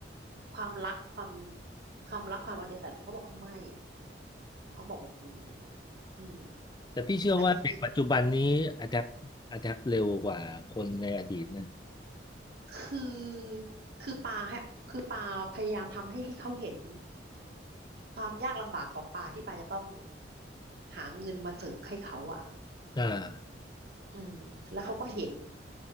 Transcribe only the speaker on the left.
แต่พี่เชื่อว่าเด็กปัจจุบันนี้อะแดปอะแดปเร็วกว่าคนในอดีตนะ
อ่า